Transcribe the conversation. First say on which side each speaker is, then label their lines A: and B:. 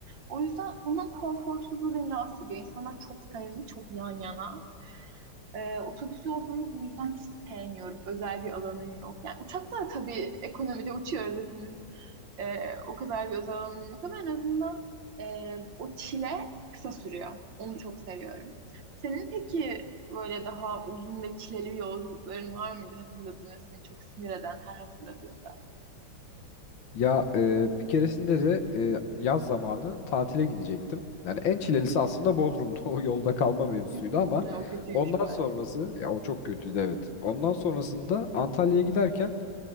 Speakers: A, on the right; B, on the left.
A: O yüzden onun konforsuzluğu beni rahatsız ediyor. İnsanlar çok samimi çok yan yana. Ee, otobüs yolculuğunu bu yüzden hiç sevmiyorum. Özel bir alanın yok. Yani uçakta da tabii ekonomide uçuyoruz hepimiz. Ee, o kadar bir özel alanın yok ama en azından e, o çile kısa sürüyor. Onu çok seviyorum. Senin peki böyle daha uzun ve çileli yolculukların var mıydı hatırladığın ve seni çok sinir eden her hatırladığında?
B: Ya e, bir keresinde de e, yaz zamanı tatile gidecektim. Yani en çilelisi aslında Bodrum'da <laughs> o yolda kalma mevzusuydu
A: <laughs>
B: ama
A: O kötüymüş
B: ondan
A: bayağı.
B: sonrası ya o çok kötüydü evet. Ondan sonrasında Antalya'ya giderken